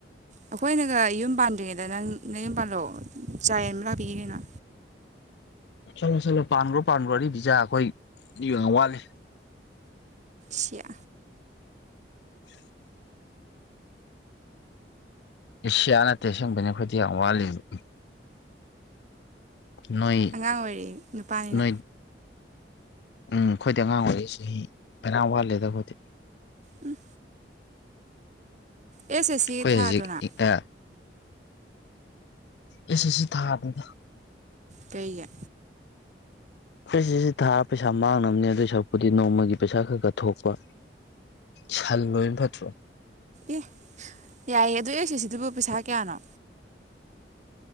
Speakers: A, on the right; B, on the left.
A: ꯑꯩꯈꯣꯏꯅꯒ ꯌꯨꯝ ꯄꯥꯟꯗ꯭ꯔꯤꯉꯩꯗ ꯅꯪ ꯅꯌꯨꯝ ꯄꯥꯟꯂꯣ ꯆꯥ ꯌꯦꯟꯕ ꯂꯥꯛꯄꯤꯒꯦ ꯀꯩꯅꯣ
B: ꯆꯠꯂꯣ ꯆꯠꯂꯣ ꯄꯥꯟꯒ꯭ꯔꯣ ꯄꯥꯟꯒ꯭ꯔꯣ ꯑꯔꯤꯕꯤꯖꯥ ꯑꯩꯈꯣꯏ <unintelligible> ꯋꯤꯠꯂꯤ꯫
A: ꯁꯤꯌꯥ
B: <unintelligible> ꯑꯦ ꯁꯤꯌꯥ ꯅꯠꯇꯦ ꯑꯁꯦꯡꯕꯩꯅꯦ ꯑꯩꯈꯣꯏꯗꯤ ꯌꯥꯝ ꯋꯥꯠꯂꯤꯕ ꯅꯣꯏ
A: ꯑꯉꯥꯡ ꯑꯣꯏꯔꯤ ꯅꯨꯄꯥꯅꯤꯅ
B: ꯅꯣꯏ ꯎꯝ ꯈꯣꯏꯗꯤ ꯑꯉꯥꯡ ꯑꯣꯏꯔꯤ ꯆꯍꯤ ꯐꯅꯌꯥꯝ ꯋꯥꯠꯂꯤꯗ ꯈꯣꯏꯗꯤ
A: ꯎꯝ ꯑꯦꯁ ꯑꯦꯁ ꯁꯤ
B: ꯑꯩꯈꯣꯏ
A: ꯊꯥꯗ꯭ꯔꯣ
B: ꯍꯧꯖꯤꯛ
A: ꯅꯪ
B: <unintelligible> ꯑꯦꯁ ꯑꯦꯁ ꯁꯤ ꯊꯥꯗꯦꯗ
A: ꯀꯩꯒꯤ
B: ꯑꯦꯁ ꯑꯦꯁ ꯁꯤ ꯊꯥꯔ ꯄꯩꯁꯥ ꯃꯥꯡꯅꯕꯅꯦ ꯑꯗꯨꯏ ꯁꯔꯨꯛꯄꯨꯗꯤ ꯅꯣꯡꯃꯒꯤ ꯄꯩꯁꯥ ꯈꯔ ꯈꯔ ꯊꯣꯛꯄ ꯁꯟ ꯂꯣꯏꯕꯅ ꯐꯠꯇ꯭ꯔꯣ
A: ꯑꯦ ꯌꯥꯏꯌꯦ ꯑꯗꯨ ꯑꯦꯁ ꯑꯦꯁ ꯁꯤꯗꯨꯕꯨ ꯄꯩꯁꯥ ꯀꯌꯥꯅꯣ